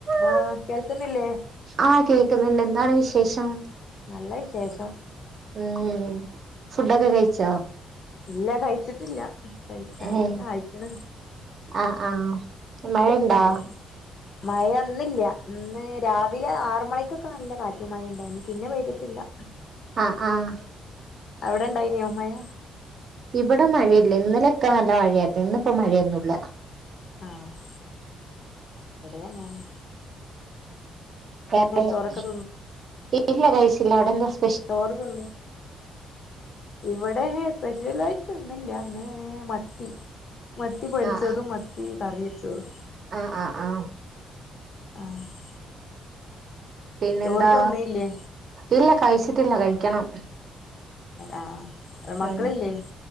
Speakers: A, on the left (about 55°); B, on the right (about 50°).
A: ആഹ്
B: <inaudible>
A: കേൾക്കുന്നില്ലേ
B: ആ കേക്കുന്നുണ്ട് എന്താണ് വിശേഷം?
A: ആഹ് നല്ല വിശേഷം.
B: ഇമ്മ് ഫുഡൊക്കെകഴിച്ചോ?
A: ഇല്ല കഴിച്ചിട്ടില്ല. കഴിക്കാനിങ്ങനെ
B: ഏഹ്
A: ആയിക്ണ്
B: ആഹ് ആഹ് മഴയുണ്ടോ
A: സമയം മഴന്നില്ല ഇന്ന് രാവിലെ ആർ മണിക്കൊക്കെ നല്ല കാറ്റും മഴിം ഇണ്ടായിനി പിന്നെ പെയ്തിട്ടില്ലാ
B: ആഹ് ആഹ്
A: അവിടെണ്ടായ്നോമയ?
B: ഇബടെ മഴയില്ല ഇന്നലൊക്കെ നല്ല മഴയായിരുന്നു ഇന്നിപ്പോ മഴയൊന്നുല്ല
A: ആഹ് ഇബടെയാങ്ങനെ
B: മം <unintelligible>
A: ചോറൊക്കെ
B: ഇല്ലകഴിച്ചില്ല അവിടെന്താ സ്
A: ചോറ്തിന്ന് ഇവിടെ സ്പെഷ്യൽ ആയിട്ട് ന്നില്ല ഇന്ന് മത്തി മത്തി പൊരിച്ചതും
B: ആഹ്
A: മത്തി കറി വെച്ചതും.
B: ആഹ്, ആഹ്, ആ
A: <inaudible>
B: പിന്നെന്താ
A: ചോറ് തിന്നില്ലേ
B: ഇല്ല കഴിച്ചിട്ടില്ല കഴിക്കണം.
A: ആഹ്
B: ഹ്
A: മക്കളില്ലേ